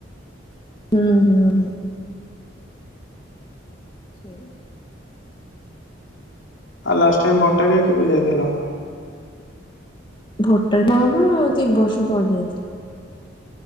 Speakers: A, on the left; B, on the left.
A: ହୁଁ ହୁଁ ହୁଁ। ସେୟା।
B: ଆଉ ଲାଷ୍ଟ ଟାଇମ୍ ଭଟ୍ଟାରିକା କେବେ ଯାଇଥିଲ?
A: ଭଟ୍ଟାରି ଗାଁକୁ ଦି ବର୍ଷ ତଳେ ଯାଇଥିଲି।